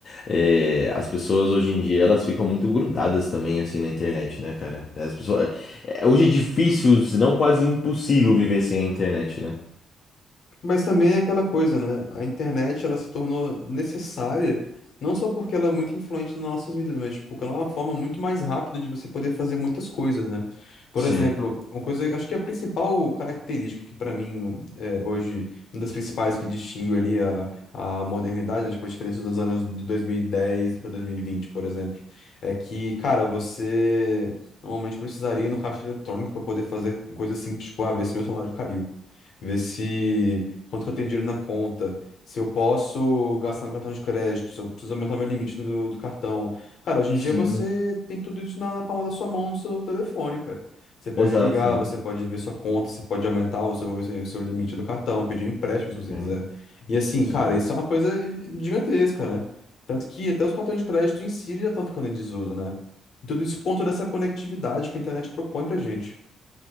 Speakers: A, on the left; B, on the left.
A: é, as pessoas hoje em dia, elas ficam muito grudadas também, assim, na internet, né, cara? As pessoas, é, hoje é difícil, se não quase impossível viver sem a internet, né?
B: Mas também é aquela coisa, né? A internet ela se tornou necessária não só porque ela é muito influente nas nossas vidas, mas tipo, porque ela é uma forma muito mais rápida de você poder fazer muitas coisas, né? Por
A: Sim,
B: exemplo, uma coisa, acho que a principal característica que para mim é, hoje, uma das principais que distingue ali a, a modernidade, né? Tipo, a diferença dos anos de 2010 para 2020, por exemplo, é que, cara, você normalmente precisaria ir no caixa eletrônico para poder fazer coisas simples, tipo, ah, ver se meu salário caiu ver se quanto que eu tenho dinheiro na conta, se eu posso gastar no cartão de crédito, se eu preciso aumentar meu limite do, do cartão. Cara, hoje
A: Sim.
B: em dia você tem tudo isso na, na palma da sua mão, no seu telefone, cara. Você pode
A: exato,
B: ligar,
A: né?
B: você pode ver sua conta, você pode aumentar o seu, o seu, o seu limite do cartão, pedir um empréstimo se você
A: Sim,
B: quiser. E assim,
A: sim.
B: cara, isso é uma coisa gigantesca, né? Tanto que até os cartões de crédito em si eles já estão ficando em desuso, né? E tudo isso por conta dessa conectividade que a internet propõe pra gente.